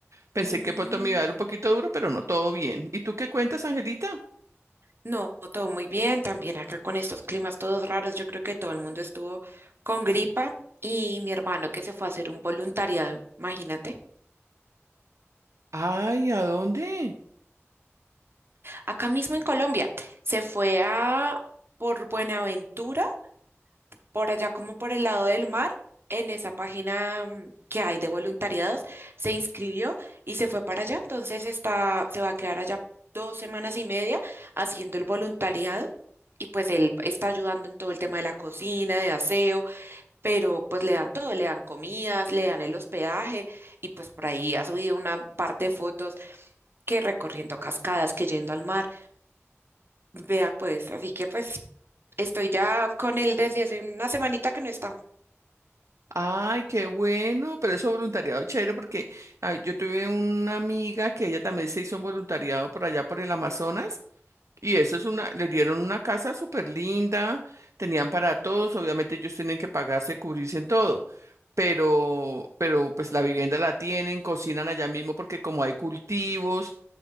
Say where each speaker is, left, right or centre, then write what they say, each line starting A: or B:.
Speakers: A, on the right; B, on the right.
A: Pensé
B: Mm,
A: que pronto me iba a dar un poquito duro, pero no, todo bien. ¿Y tú qué cuentas, Angelita?
B: no, todo muy bien. También acá con estos climas todos raros, yo creo que todo el mundo estuvo con gripa y mi hermano que se fue a hacer un voluntariado, imagínate,
A: Ay, ¿a dónde?
B: acá mismo en Colombia, se fue a por Buenaventura por allá como por el lado del mar, en esa página mm, que hay de voluntariados, se inscribió y se fue para allá. Entonces está, se va a quedar allá dos semanas y media haciendo el voluntariado. Y pues él está ayudando en todo el tema de la cocina, de aseo, pero pues le dan todo, le dan comidas, le dan el hospedaje y pues por ahí ha subido una parte de fotos que recorriendo cascadas, que yendo al mar. Vea pues, así que pues estoy ya con él desde hace una semanita que no está.
A: Ay, qué bueno, pero eso voluntariado chévere porque ay, yo tuve una amiga que ella también se hizo un voluntariado por allá por el Amazonas y eso es una, le dieron una casa súper linda, tenían para todos, obviamente ellos tienen que pagarse, cubrirse en todo, pero, pero pues la vivienda la tienen, cocinan allá mismo porque como hay cultivos